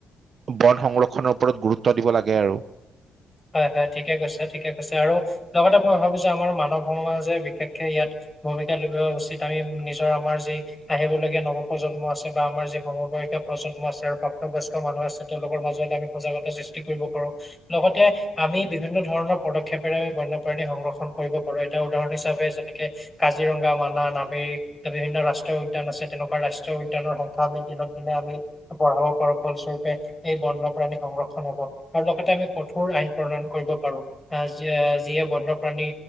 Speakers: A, on the right; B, on the left.
A: বন-সংৰক্ষনৰৰ ওপৰত গুৰুত্ব দিব লাগে আৰু।
B: হয়, হয়, ঠিকে কৈছে, ঠিকে কৈছে, আৰু লগতে মই ভাবো যে, আমাৰ মানৱ সমাজে বিশেষকে ইয়াত ভূমিকা লোৱা উচিত। আমি নিজৰ আমাৰ যি আহিবলগীয়া নৱপ্ৰজন্ম নৱপ্ৰজন্ম আছে বা আমাৰ যি সমবাযিকা প্ৰজন্ম আছে আৰু-' প্ৰাপ্তবয়স্ক মানুহ আছে তেওঁলোকৰ মাজত আমি সজাগতা সৃষ্টি কৰিব পাৰো। লগতে, আমি বিভিন্ন ধৰণৰ পদক্ষেপেৰে আমি বন্যপ্ৰাণী সংৰক্ষণ কৰিব কৰে তাৰ এটা উদাহৰণ হিচাপে যেনেকে কাজিৰঙা। নাগা মানা নামেৰী বিভিন্ন ৰাষ্ট্ৰীয় উদ্যান আছে তেনেকুৱা ৰাষ্ট্ৰীয় উদ্যানৰ সংখ্যা আমি দিনক দিনে আমি। বঢ়াব পাৰো। ফলস্বৰূপে এই বন্যপ্ৰাণী সংৰক্ষণ হব। আৰু লগতে আমি কঠোৰ আইন প্ৰণয়ন কৰিব পাৰো। অহ যিয়ে বন্যপ্ৰাণী